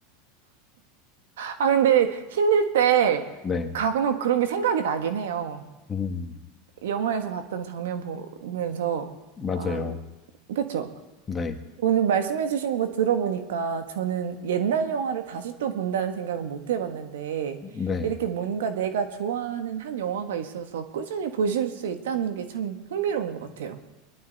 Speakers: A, on the right; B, on the left.
A: 아, 근데 힘들 때
B: 네.
A: 가끔 그런 게 생각이 나긴 해요.
B: 음.
A: 영화에서 봤던 장면 보면서,
B: 맞아요.
A: 아, 그쵸.
B: 네,
A: 오늘 말씀해주신 거 들어보니까 저는 옛날 영화를 다시 또 본다는 생각은 못 해봤는데
B: 네.
A: 이렇게 뭔가 내가 좋아하는 한 영화가 있어서 꾸준히 보실 수 있다는 게 참 흥미로운 것 같아요.